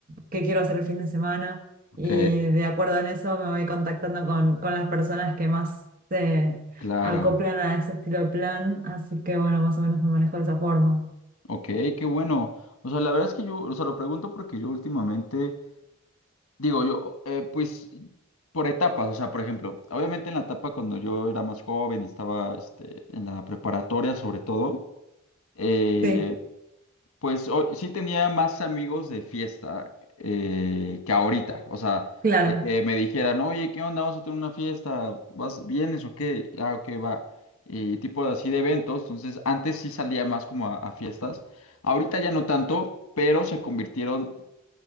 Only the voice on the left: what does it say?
Ok,
claro.
Ok, qué bueno. O sea, la verdad es que yo, o sea, lo pregunto porque yo últimamente, digo, yo, eh, pues, por etapas, o sea, por ejemplo, obviamente en la etapa cuando yo era más joven y estaba, este, en la preparatoria sobre todo, eh,
Pues hoy sí tenía más amigos de fiesta eh, que ahorita. O sea,
de que me dijeran, oye, ¿qué onda? Vamos a tener una fiesta. ¿Vas, vienes o qué? Ah, ok, va. Y tipo de- así de eventos. Entonces, antes sí salía más como a, a fiestas. Ahorita ya no tanto, pero se convirtieron